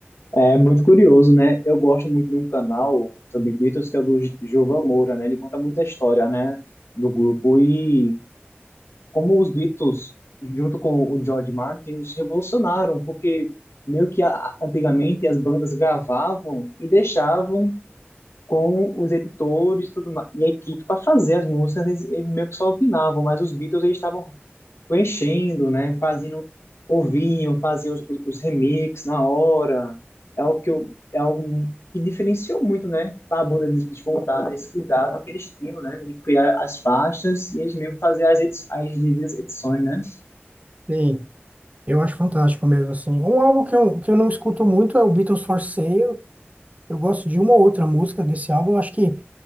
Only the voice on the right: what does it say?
Sim, eu acho fantástico mesmo, assim. Um álbum que eu, que eu não escuto muito é o Beatles for Sale. Eu gosto de uma ou outra música desse álbum. Eu acho que